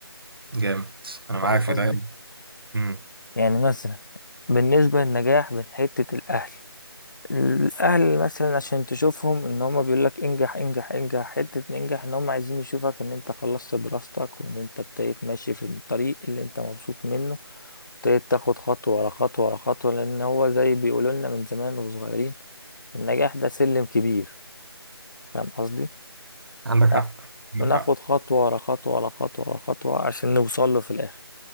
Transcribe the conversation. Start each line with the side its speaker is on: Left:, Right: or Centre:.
Right: جامد انا معاك
Left: فاهم قصدي
Right: في ده مم.
Left: يعني مثلا بالنسبة للنجاح من حتة الأهل الأهل مثلا عشان تشوفهم إن هما بيقولك انجح انجح انجح حتة انجح إن هما عايزين يشوفك إن أنت خلصت دراستك وإن أنت ابتديت ماشي في الطريق اللي أنت مبسوط منه ابتديت تاخد خطوة ورا خطوة ورا خطوة لأن هو زي بيقولوا لنا من زمان وصغيرين النجاح ده سلم كبير فاهم قصدي؟
Right: عندك حق
Left: بناخد
Right: عندك
Left: بناخد
Right: حق
Left: خطوة ورا خطوة ورا خطوة ورا خطوة عشان نوصل له في الآخر